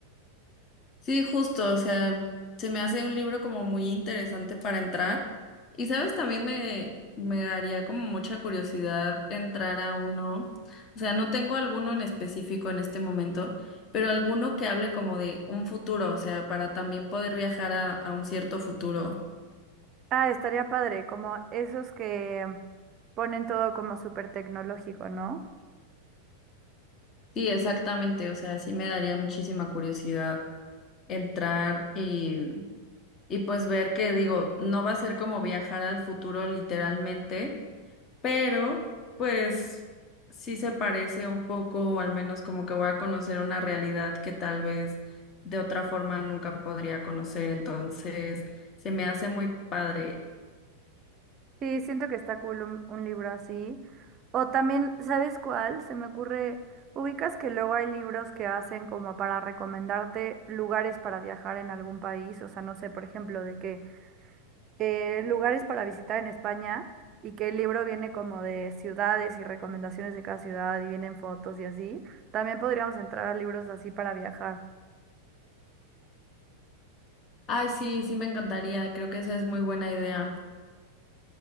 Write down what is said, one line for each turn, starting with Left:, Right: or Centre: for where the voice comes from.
Left: Sí, justo, o sea, se me hace un libro como muy interesante para entrar. Y sabes, también me, me daría como mucha curiosidad entrar a uno, o sea, no tengo alguno en específico en este momento, pero alguno que hable como de un futuro, o sea, para también poder viajar a, a un cierto futuro.
Right: Ah, estaría padre, como esos que ponen todo como súper tecnológico, ¿no?
Left: Sí, exactamente, o sea, sí me daría muchísima curiosidad entrar y, y pues ver que digo, no va a ser como viajar al futuro literalmente pero pues sí se parece un poco, o al menos como que voy a conocer una realidad que tal vez de otra forma nunca podría conocer, entonces se me hace muy padre.
Right: Sí, siento que está cool un, un libro así. O también, ¿sabes cuál? Se me ocurre, ubicas que luego hay libros que hacen como para recomendarte lugares para viajar en algún país, o sea, no sé, por ejemplo, de que eh, lugares para visitar en España y que el libro viene como de ciudades y recomendaciones de cada ciudad y vienen fotos y así. También podríamos entrar a libros así para viajar.
Left: Ay, sí, sí me encantaría, creo que esa es muy buena idea.